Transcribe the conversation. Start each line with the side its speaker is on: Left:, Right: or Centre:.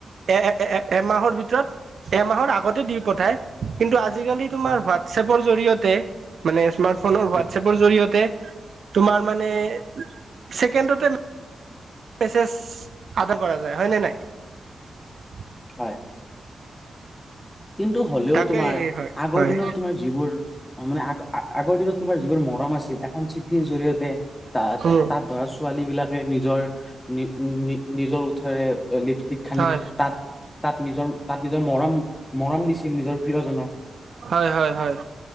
Right: এ এ এমাহৰ ভিতৰত এমাহৰ আগতে দি পঠায় কিন্তু আ আজিকালি তোমাৰ
Left: উম
Right: হোৱাটছেপৰ জৰিয়তে মানে স্মাৰ্টফোনৰ হোৱাটছেপৰ
Left: উম
Right: জৰিয়তে তোমাৰ মানে ছেকেণ্ডতে মেছেজ আদৰ কৰা যায় হয়নে নাই
Left: হয় কিন্তু হ'লেও
Right: তাকেই
Left: তোমাৰ
Right: হয়
Left: আগৰ
Right: হয়
Left: দিনত তোমাৰ যিবোৰ মানে আগ আগৰ দিনত আগত যিবোৰ মৰম আছিল এখন চিঠিৰ জৰিয়তে, তাহ তাহা-তাত
Right: উম
Left: ধৰা, ছোৱালীবিলাকে নিজৰ নি-নি-নিজৰ ওঁঠৰে লিপষ্টিক সানি
Right: হয়
Left: তাত, তাত নিজৰ তাত নিজৰ মৰম, মৰম দিছিল নিজৰ প্ৰিয়জনক।
Right: হয় হয় হয়